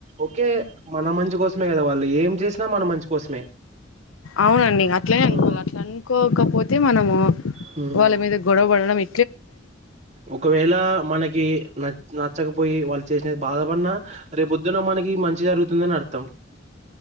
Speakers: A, on the right; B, on the left.
A: ఓకే మన మంచి కోసమే కదా వాళ్ళు ఏం చేసినా మన మంచి కోసమే
B: అవునండి అట్లనే
A: హ్మ్.
B: అనుకోవాల అట్లా అనుకోకపోతే మనము
A: హ్మ్.
B: వాళ్ళ మీద గొడవ బడడమే
A: ఒకవేళ మనకి నచ్ నచ్చకపోయి వాళ్ళు చేసిన బాధపడిన రేపొద్దున మనకి మంచి జరుగుతుంది అని అర్థం